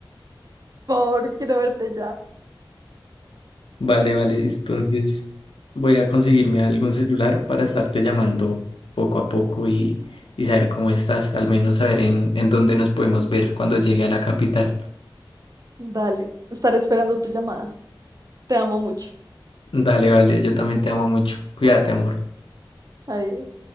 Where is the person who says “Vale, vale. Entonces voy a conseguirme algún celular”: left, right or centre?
Left